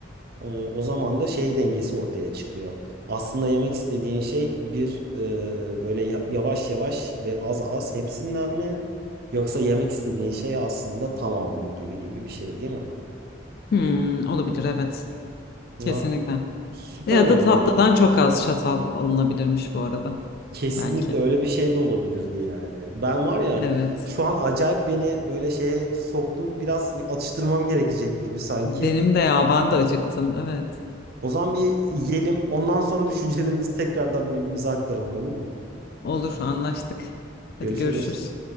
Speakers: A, on the right; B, on the left.
A: O, o zaman da şey dengesi ortaya çıkıyor. Aslında yemek istediğin şey bir e, böyle ya- yavaş yavaş ve az az hepsinden mi? Yoksa yemek istediğin şey aslında tamam mı gibi gibi bir şey değil mi?
B: Hmm, olabilir evet
A: Ya,
B: kesinlikle.
A: süper
B: Ya
A: oldu
B: da tatlıdan
A: ya.
B: çok az çatal alınabilirmiş bu arada
A: Kesinlikle
B: belki.
A: öyle bir şey de olabilirdi yani. Ben var ya
B: Evet
A: şu an acayip beni böyle şeye soktun. Biraz bir atıştırmam gerekecek gibi sanki.
B: benim de ya ben de acıktım evet.
A: O zaman bir yiyelim. Ondan sonra düşüncelerimizi tekrardan birbirimize aktaralım olur mu?
B: Olur, anlaştık. Hadi
A: Görüşürüz.
B: görüşürüz.